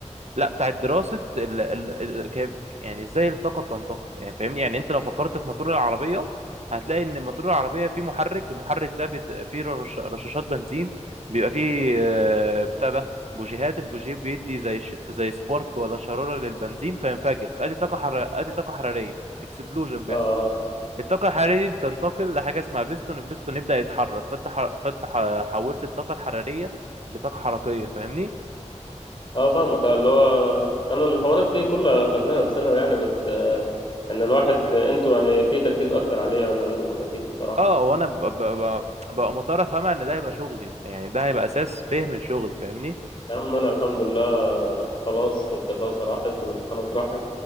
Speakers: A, on the right; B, on the left.
A: لا بتاعت دراسة ال... ال... ال- كيف يعني ازاي الطاقة بتنتقل يعني فاهمني يعني انت لو فكرت في موتور العربية هتلاقي ان موتور العربية فيه محرك المحرك ده بت... فيه رش... رشاشات بنزين بيبقى فيه آه، بتاع ده بوجيهات البوجيه بيدي زي ش... زي سبارك ولا شرارة للبنزين فينفجر فادي طاقة حر... ادي طاقة حرارية اكسبلوجن بيحصل
B: آه.
A: الطاقة الحرارية دي بتنتقل لحاجة اسمها بيستون البيستون يبدأ يتحرك فانت ح... فانت ح... حولت الطاقة الحرارية لطاقة حركية فاهمني
B: اه فاهمك اه اللي هو انا الحوارات دي كلها خدناها في ثانوي يعني بس آه، ان الواحد انتوا يعني في تركيز اكتر عليه عن عندكم اكيد بصراحه
A: اه وانا ب- ب- ب- ببقى مضطر افهمها ان ده هيبقى شغلي يعني ده هيبقى اساس فهم الشغل فاهمني
B: يا عم انا الحمد لله آه، خلاص الدراسه راحت والامتحانات راحت